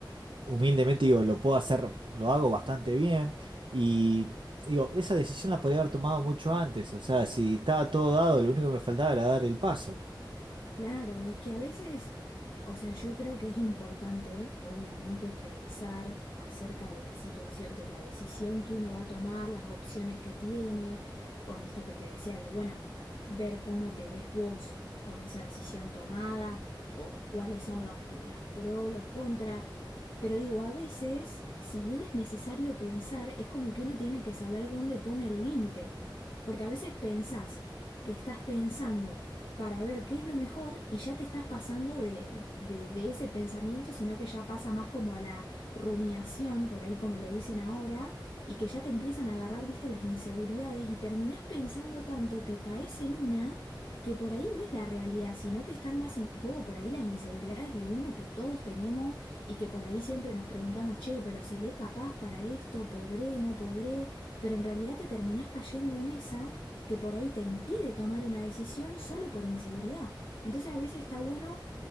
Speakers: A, on the right; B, on the left.
A: humildemente digo, lo puedo hacer, lo hago bastante bien y digo, esa decisión la podría haber tomado mucho antes, o sea, si estaba todo dado, lo único que me faltaba era dar el paso.
B: Claro, es que a veces, o sea, yo creo que es importante, obviamente, pensar acerca de la situación, de la decisión que uno va a tomar, las opciones que tiene, con esto que te decía de, bueno, ver cómo te ves vos con esa decisión tomada o cuáles son las, las pros, los contras. Pero digo, a veces, si bien es necesario pensar, es como que uno tiene que saber dónde pone el límite. Porque a veces pensás que estás pensando para ver qué es lo mejor y ya te estás pasando de, de, de ese pensamiento, sino que ya pasa más como a la rumiación, por ahí como le dicen ahora, y que ya te empiezan a agarrar, viste, las inseguridades y terminás pensando tanto que caes en una que por ahí no es la realidad, sino que están más en juego por ahí las inseguridades de uno que todos tenemos y que por ahí siempre nos preguntamos, che, pero ¿seré capaz para esto? ¿Podré? ¿No podré? Pero en realidad te terminás cayendo en esa que por ahí te impide tomar una decisión solo por inseguridad. Entonces a veces está bueno